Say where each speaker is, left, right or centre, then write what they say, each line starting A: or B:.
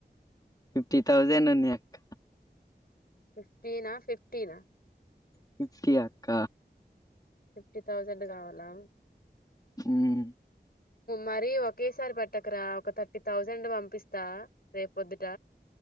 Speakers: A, on the left; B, on the left.
A: ఫిఫ్టీ థౌజంన్ ఉన్నాయ్ అక్క
B: ఫిఫ్టీన్ ఆ ఫిప్టిన
A: ఫిప్టి అక్క
B: ఫిఫ్టీ థౌజండ్ కావాల
A: మ్మ్
B: మరీ ఒకేసారి పెట్టకురా ఒక థర్టీ థౌజండ్ పంపిస్తా రేపొద్దుట